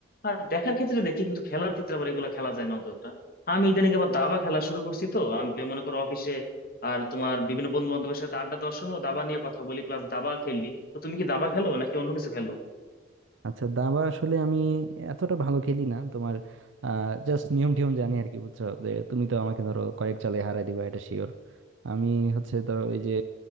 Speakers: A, on the left; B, on the right.
A: আর দেখার ক্ষেত্রে দেখি কিন্তু খেলার ক্ষেত্রে আবার এগুলো খেলা যায় না অতটা আমি ইদানিং আবার দাবা খেলা শুরু করছি তো আমি মনে করো অফিসে আর তোমার বিভিন্ন বন্ধু বান্ধবের সাথে আড্ডা দেওয়ার সময় দাবা নিয়ে কথা বলি প্লাস দাবা খেলি তো তুমি কি দাবা খেলো নাকি অন্য কিছু খেলো
B: আচ্ছা দাবা আসলে আমি এতটা ভালো খেলি না তোমার জাস্ট নিয়ম টিয়ম জানি আর কি বুঝছো যে তুমি তো আমাকে ধরো কয়েক চালে হারাই দিবা এটা শিওর আমি হচ্ছে ধরো ওই যে